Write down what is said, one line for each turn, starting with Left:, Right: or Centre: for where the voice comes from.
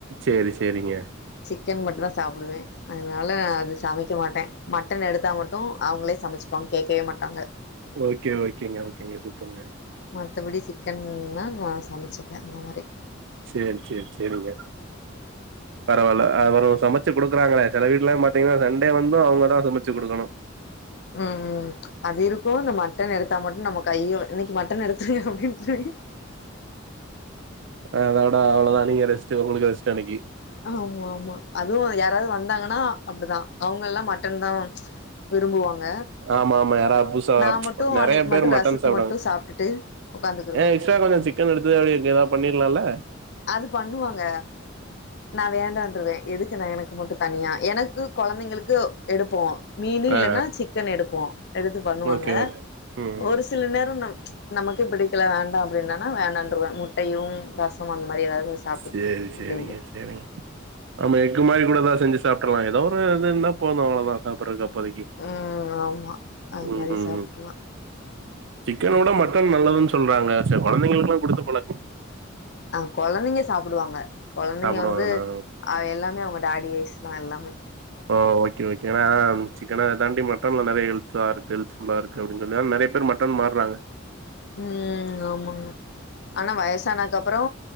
Right: சேரி சேரிங்க
Left: சிக்கன் மட்டுதா சாப்டுவே அதுனால அது சமைக்க மாட்டே மட்டன் எடுத்தா மட்டு அவங்களே சமச்சப்பாங்க கேக்கவே மாட்டாங்க
Right: ஓகே ஓகேங்க ஓகேங்க சுப்பர்ங்க
Left: மத்தபடி சிக்கன்னா நா சமச்சுப்பே அந்த மாரி
Right: சேரி சேரி சேரிங்க பரவால்ல அ வரு சம சமைச்சு குடுக்குறாங்களே சேல வீட்டுல பாத்தீங்கன்னா சண்டே வந்து அவங்க தா சமைச்சு கொடுக்கணு
Left: உம் உம் அது இருக்கு இந்த மட்டன் எடுத்தா மட்டு நம்ம கையோ இன்னைக்கு மட்டன் எடுத்து அப்படின்னு
Right: ஆ அதோட அவ்வளதா நீங்க ரெஸ்டு உங்களுக்கு ரெஸ்டு அன்னைக்கு
Left: ஆமா ஆமா அதுவு யாராவது வந்தாங்கன்னா அப்படிதா அவங்க எல்லா மட்டன்தா விரும்புவாங்க
Right: ஆமா ஆமா யாராது பு துசா
Left: நா மட்டு
Right: நெறையா
Left: அன்னைக்கு
Right: பேர்
Left: மட்டு
Right: மட்டன்
Left: ரசத்த
Right: சாப்டாங்க
Left: மட்டு சாப்ட்டுட்டு உக்காந்துக்குருவே
Right: ஏ சார் வந்துடுச்சு சிக்கன் எடுத்தத்து அப்படியே இங்க எதாவது பண்ணிடலால்ல
Left: அது பண்ணுவாங்க நா வேண்டான்ருவே எதுக்கு நா எனக்கு மட்டு தனியா எனக்கு கொழந்தைங்களுக்கு எடுப்போ மீனு இல்லன்னா
Right: ஆ
Left: சிக்கன் எடுப்போ எடுத்து பண்ணுவாங்க
Right: ஓகே ஓகே ம்
Left: ஒரு சி ஒரு சில நேரம் நம் ம்ச் நமக்கே பிடிக்கல வேண்டா அப்படின்னனா வேண்டாம்னுருவே முட்டையும் ரச ம் அந்த மாரி ஏதாவது சாப்ட்டுக்கலா
Right: சேரி சேரிங்க
Left: அப்டின்ட்டு
Right: சேரிங்க ஆமா எக்கு மாரி கூடதா செஞ்சு சாப்பிட்டுர்லா ஏதோ ஒரு இது இருந்தா போது அவ்ளோதா சாப்புடுரதுக்கு அப்போதைக்கு
Left: ம் ஆமா அது
Right: உம்
Left: மாரி
Right: உம்
Left: சாப்ட்ரலா
Right: உம் சிக்கன விட மட்டன் நல்லதுன்னு சொல்றாங்க சரி கொழந்தைங்களுக்கு எல்லா குடுத்து பழகுங்
Left: ஆ கொழந்தைங்க சாப்பிடுவாங்க கொழந்தைங்க
Right: சாப்டுவாங்களா
Left: வந்து எல்லாமே அவங்க டாடி விஷ் தா எல்லாமே
Right: ஓ ஓக்கே ஓக்கேனா சிக்கனா தாண்டி மட்டன்ல நெறைய ஹெல்தா இருக்கு ஹெல்தஃபுல்லா இருக்கு அப்படின்ரதுனால நெறையா பேர் மட்டன் மாறாங்க
Left: உம் ஆமா ஆனா வயசானக்கு அப்புறோ